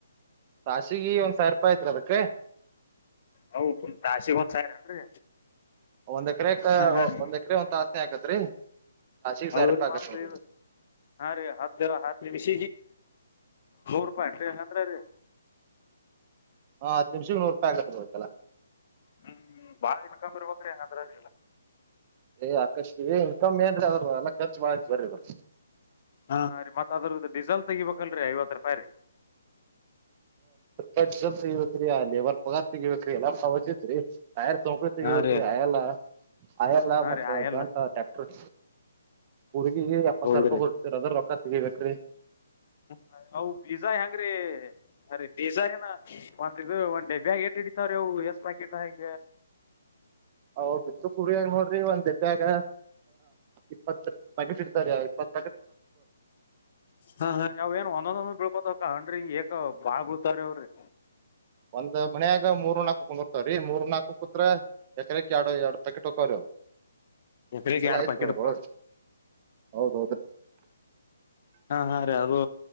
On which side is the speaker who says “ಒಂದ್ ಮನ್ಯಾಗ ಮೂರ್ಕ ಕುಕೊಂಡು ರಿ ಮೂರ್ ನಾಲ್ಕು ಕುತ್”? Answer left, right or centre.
Right